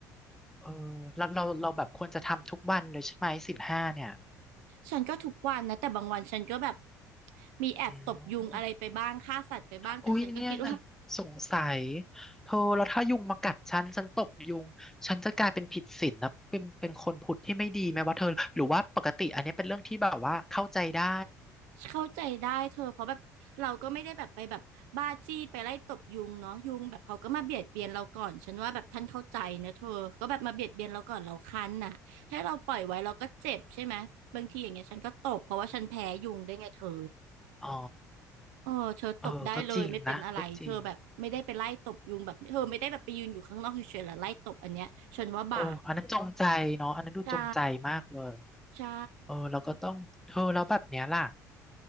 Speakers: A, in the centre; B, on the right.
A: เออเราเราเราแบบควรจะทำทุกวันเลยใช่ไหมศีลห้าเนี่ย
B: ฉันก็ทุกวันนะแต่บางวันฉันก็แบบมีแอบตบยุงอะไรไปบ้างฆ่าสัตว์ไปบ้างแต่ฉันก็คิดว่า
A: อืมอุ๊ยเนี่ยสงสัยเธอแล้วถ้ายุงมากัดฉันฉันตบยุงฉันจะกลายเป็นผิดศีลนะเป็นเป็นคนผุดที่ไม่ดีไหมวะเธอหรือว่าปกติอันนี้เป็นเรื่องที่แบบว่าเข้าใจได้
B: เข้าใจได้เธอเพราะแบบเราก็ไม่ได้แบบไปแบบบ้าจี้ไปไล่ตบยุงเนาะยุงแบบเขาก็มาเบียดเบียนเราก่อนฉันว่าแบบท่านเข้าใจนะเธอก็แบบมาเบียดเบียนเราก่อนเราคันน่ะให้เราปล่อยไว้เราก็เจ็บใช่ไหมบางทีอย่างเงี้ยฉันก็ตบเพราะว่าฉันแพ้ยุงได้วยไงเธอ
A: อ๋อ
B: เออเธอตบได้เลยไม่เป็นอะไรเธอแบบไม่ได้ไปไล่ตบยุงแบบเธอไม่ได้แบบไปยืนอยู่ข้างนอกเฉยๆแล้วไล่ตบอันเนี้ยฉันว่าบาป
A: เออก็จริงนะก็จริง โอ้อันนั้นจงใจเนาะอันนั้นดูจงใจมากเลย
B: ใช่ใช่
A: เออแล้วก็ต้องเธอแล้วแบบเนี้ยล่ะ